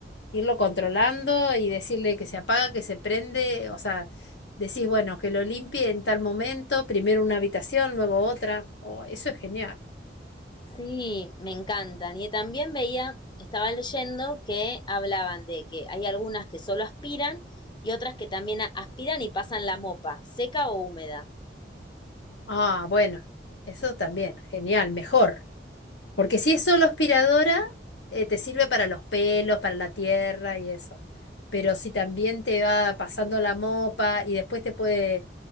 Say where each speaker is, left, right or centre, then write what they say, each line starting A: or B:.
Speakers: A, on the left; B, on the left.
A: irlo controlando y decirle que se apaga, que se prende, o sea, decís, bueno, que lo limpie en tal momento, primero una habitación, luego otra. Oh, eso es genial.
B: Sí, me encantan. Y también veía, estaba leyendo que hablaban de que hay algunas que solo aspiran y otras que también a- aspiran y pasan la mopa, seca o húmeda.
A: Ah, bueno, eso también, genial, mejor. Porque si es solo aspiradora, eh, te sirve para los pelos, para la tierra y eso. Pero si también te va pasando la mopa y después te puede,